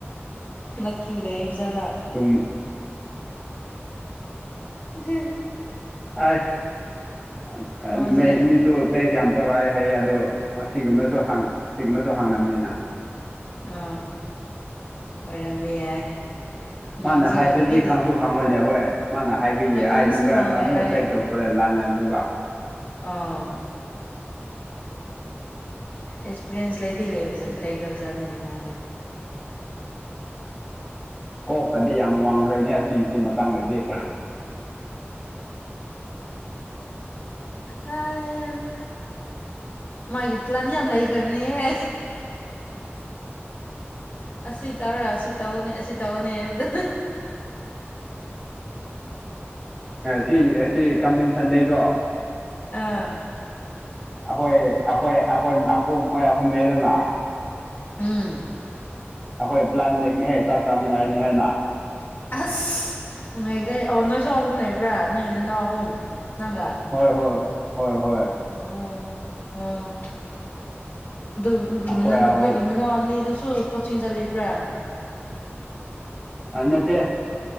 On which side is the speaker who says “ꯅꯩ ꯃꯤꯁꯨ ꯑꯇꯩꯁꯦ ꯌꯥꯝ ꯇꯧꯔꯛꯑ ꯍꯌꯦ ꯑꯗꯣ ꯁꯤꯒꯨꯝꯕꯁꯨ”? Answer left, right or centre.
Centre